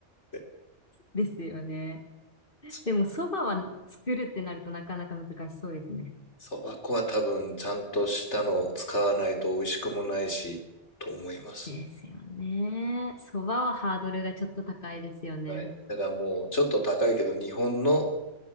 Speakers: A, on the left; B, on the left.
A: って。
B: ですよね。
A: そう。
B: でも、そばは作るってなるとなかなか難しそうですね。
A: そば粉は多分ちゃんとしたのを使わないと美味しくもないし、と思います。
B: ですよね。そばはハードルがちょっと高いですよね。
A: はい。だからもうちょっと高いけど、日本の